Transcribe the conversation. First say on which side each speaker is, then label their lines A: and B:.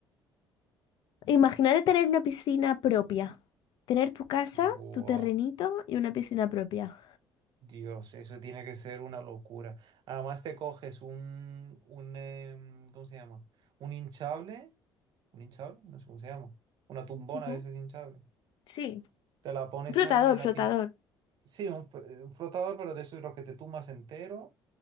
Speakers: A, on the left; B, on the right.
A: Imagínate tener una piscina propia. Tener tu casa,
B: Buah.
A: tu terrenito y una piscina propia.
B: Dios, eso tiene que ser una locura. Además te coges un, un em, ¿cómo se llama? Un hinchable, un hinchable, no sé cómo se llama. Una tumbona
A: Ujú.
B: de esos hinchables.
A: Sí.
B: Te la pones
A: Flotador,
B: ahí en la
A: flotador.
B: piscina. Sí, un, fr- eh, un flotador, pero de esos los que te tumbas entero.